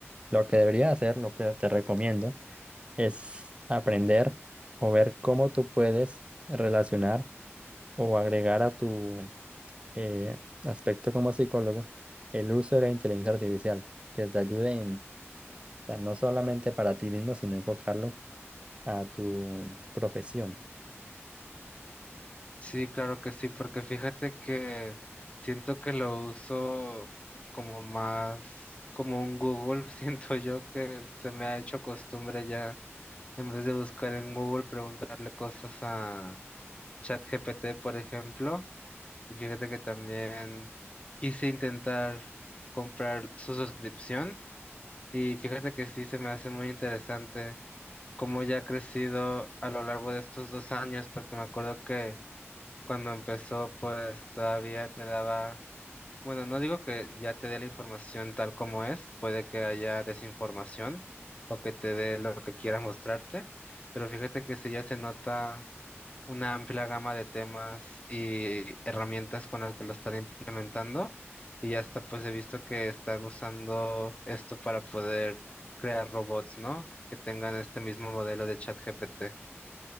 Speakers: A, on the right (about 25°); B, on the left (about 25°).
A: lo que debería hacer, lo que te recomiendo, es aprender o ver cómo tú puedes relacionar o agregar a tu eh, aspecto como psicólogo el uso de la inteligencia artificial, que te ayude en, o sea, no solamente para ti mismo, sino enfocarlo a tu profesión.
B: Sí, claro que sí, porque fíjate que siento que lo uso como más, como un Google, <laughs> siento yo que se me ha hecho costumbre ya, en vez de buscar en Google, preguntarle cosas a ChatGPT, por ejemplo, y fíjate que también quise intentar comprar su suscripción, y fíjate que sí, se me hace muy interesante cómo ya ha crecido a lo largo de estos dos años, porque me acuerdo que cuando empezó, pues todavía te daba, bueno, no digo que ya te dé la información tal como es, puede que haya desinformación o que te dé lo que quiera mostrarte, pero fíjate que sí ya se nota una amplia gama de temas y herramientas con las que lo están implementando y ya está, pues he visto que están usando esto para poder crear robots, ¿no? Que tengan este mismo modelo de ChatGPT.